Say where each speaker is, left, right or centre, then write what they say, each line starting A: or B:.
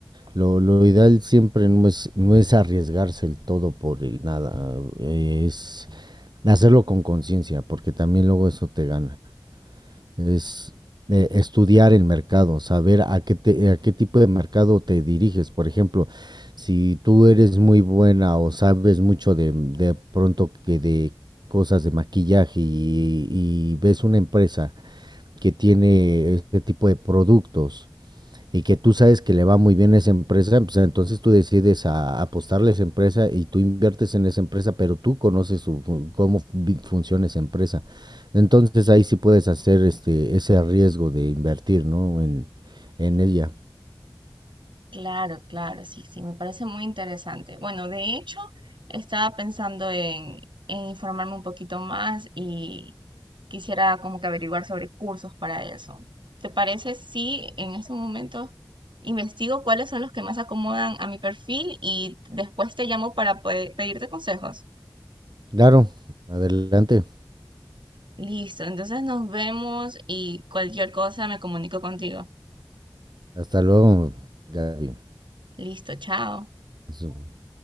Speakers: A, on the right; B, on the right.
A: Lo, lo ideal siempre no es, no es arriesgarse el todo por el nada, eh, es hacerlo con conciencia, porque también luego eso te gana. Es eh, estudiar el mercado, saber a qué, te- a qué tipo de mercado te diriges. Por ejemplo, si tú eres muy buena o sabes mucho de, de pronto que de cosas de maquillaje y, y ves una empresa que tiene este tipo de productos y que tú sabes que le va muy bien a esa empresa, pues entonces tú decides a apostarle a esa empresa y tú inviertes en esa empresa, pero tú conoces su, fu- cómo vi- funciona esa empresa. Entonces ahí sí puedes hacer este ese riesgo de invertir, ¿no? En, en ella.
B: Claro, claro, sí, sí, me parece muy interesante. Bueno, de hecho, estaba pensando en, en informarme un poquito más y quisiera como que averiguar sobre cursos para eso. ¿Te parece si en este momento investigo cuáles son los que más acomodan a mi perfil y después te llamo para poder pedirte consejos?
A: Claro, adelante.
B: Listo, entonces nos vemos y cualquier cosa me comunico contigo.
A: Hasta luego, Gaby.
B: Listo, chao.
A: Pues,